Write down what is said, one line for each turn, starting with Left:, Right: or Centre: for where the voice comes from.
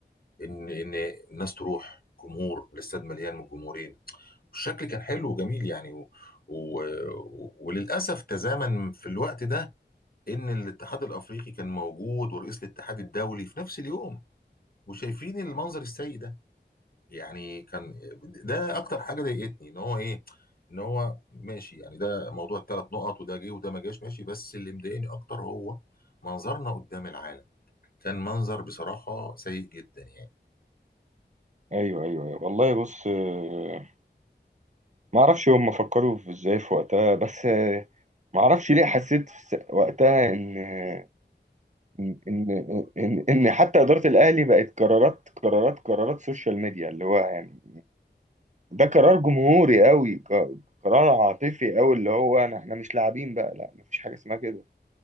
Left: ان ان الناس تروح جمهور الاستاد مليان من الجمهورين الشكل كان حلو وجميل يعني و... و... وللاسف تزامن في الوقت ده ان الاتحاد الافريقي كان موجود ورئيس الاتحاد الدولي في نفس اليوم وشايفين المنظر السيء ده يعني كان ده اكتر حاجه ضايقتني ان هو ايه ان هو ماشي يعني ده موضوع الثلاث نقط وده جه وده ما جاش ماشي بس اللي مضايقني اكتر هو منظرنا قدام العالم كان منظر بصراحه سيء جدا يعني
Right: ايوه ايوه ايوه والله بص آه، ما اعرفش هم فكروا في ازاي في وقتها بس آه، ما اعرفش ليه حسيت في س- وقتها ان ان ان ان إن حتى اداره الاهلي بقت قرارات قرارات قرارات سوشيال ميديا اللي هو يعني ده قرار جمهوري قوي ق- قرار عاطفي قوي اللي هو انا احنا مش لاعبين بقى لا مفيش حاجه اسمها كده